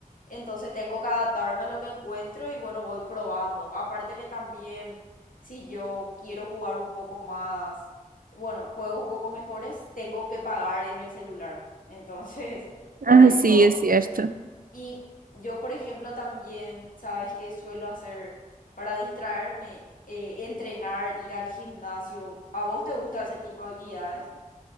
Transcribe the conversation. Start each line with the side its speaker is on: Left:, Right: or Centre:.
Left: Entonces tengo que adaptarme a lo que encuentro y bueno, voy probando. Aparte que también si yo quiero jugar un poco más, bueno, juegos un poco mejores, tengo que pagar en el celular. Entonces, <laughs> por
Right: Ah,
Left: eso.
Right: sí, es cierto.
Left: Y yo, por ejemplo, también, ¿sabes qué suelo hacer para distraerme? Eh, entrenar, ir al gimnasio. ¿A vos te gusta ese tipo de actividades?